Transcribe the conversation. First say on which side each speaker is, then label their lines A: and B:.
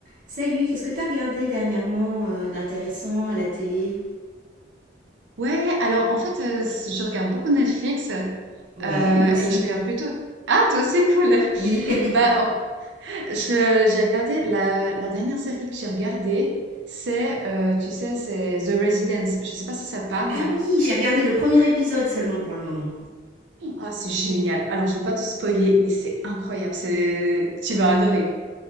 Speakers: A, on the right; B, on the right.
A: Salut, qu'est-ce que t'as regardé dernièrement euh, d'intéressant à la télé
B: Ouais, alors en fait, heu, c je regarde beaucoup Netflix, heu
A: Ouais,
B: et
A: moi aussi.
B: je regarde plutôt ah, toi aussi, cool!
A: Oui.
B: <laughs>
A: <laughs>
B: Bah, en je j'ai regardé la la dernière série que j'ai regardée, c'est, heu, tu sais, c'est The Residence. Je sais pas si ça te parle?
A: Ah oui, j'ai regardé le premier épisode seulement pour le moment.
B: Ah, c'est génial! Alors, je vais pas te spoiler, mais c'est incroyable, c'est tu vas adorer.